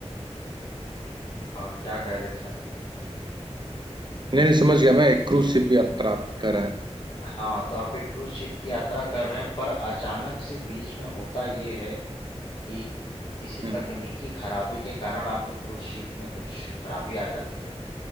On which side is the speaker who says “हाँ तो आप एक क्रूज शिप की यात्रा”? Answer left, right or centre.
Left